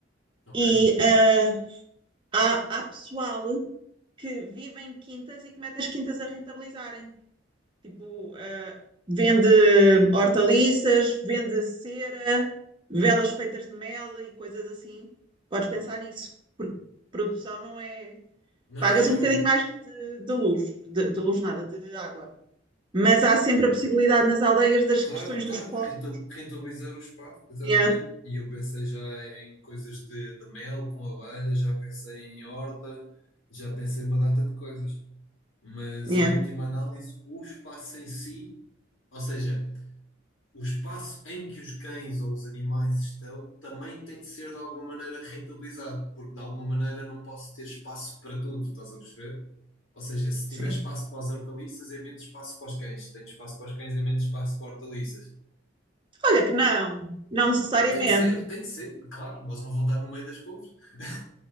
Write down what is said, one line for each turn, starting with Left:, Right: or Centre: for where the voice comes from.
Left: Ok?
Right: E ah, há, há pessoal que vive em quintas e que mete as quintas a rentabilizarem. Tipo, ah, vende hortaliças, vende cera, velas feitas de mel e coisas assim. Podes pensar nisso, porque produção não é.
Left: Não,
Right: Pagas
Left: eu,
Right: um bocadinho mais de, de luz, de, de luz nada, de água. Mas há sempre a possibilidade nas aldeias das
Left: Claro,
Right: questões
Left: claro,
Right: dos poços.
Left: renta- rentabilizar o espaço, exatamente.
Right: Yeah,
Left: E eu pensei já em coisas de, de mel com abelha, já pensei em horta, já pensei em uma data de coisas. Mas
Right: yeah,
Left: em última análise, o espaço em si, ou seja, o espaço em que os cães ou os animais estão, também tem de ser de alguma maneira rentabilizado, porque de alguma maneira não posso ter espaço para tudo, estás a perceber? Ou seja, se tiver
Right: sim.
Left: espaço para as hortaliças, é menos espaço para os cães. Se Tenho espaço para os cães, é menos espaço para hortaliças.
Right: Olha que não, não necessariamente.
Left: Tem de ser, tem de ser, claro, eles não vão estar no meio das couves. <laughs>